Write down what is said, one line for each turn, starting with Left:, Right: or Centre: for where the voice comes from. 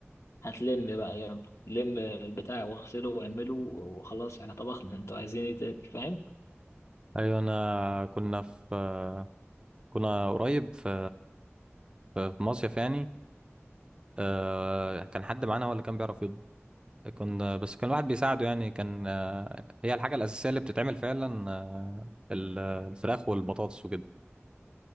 Left: هتلم بقى يلا لم البتاع واغسله واعمله وخلاص احنا طبخنا انتوا عايزين ايه تاني فاهم
Right: ايوه انا كنا في آه، كنا قريب في في في مصيف يعني آه، كان حد معانا هو اللي كان بيعرف يطبخ كنا بس كان الواحد بيساعده يعني كان آه، هي الحاجة الأساسية اللي بتتعمل فعلا آه، ال- الفراخ والبطاطس وكده